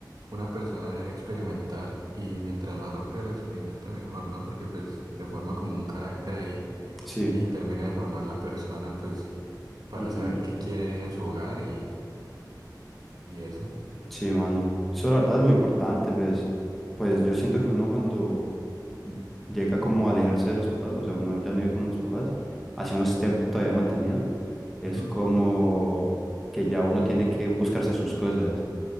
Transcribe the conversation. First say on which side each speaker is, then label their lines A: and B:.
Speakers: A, on the right; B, in the centre.
A: una persona debe experimentar y mientras más rápido lo experimente mejor, ¿no? Porque pues se forma como un carácter ahí
B: sí,
A: y se termina de formar la persona, pues para
B: ujú,
A: saber qué quiere en su hogar y, y eso.
B: Sí, mano. Eso la verdad es muy importante, pues, pues yo siento que uno cuando llega como a alejarse de los papás, o sea, uno ya no vive con los papás, así uno esté todavía mantenido, es
A: Ujú.
B: como que ya uno tiene que buscarse sus cosas.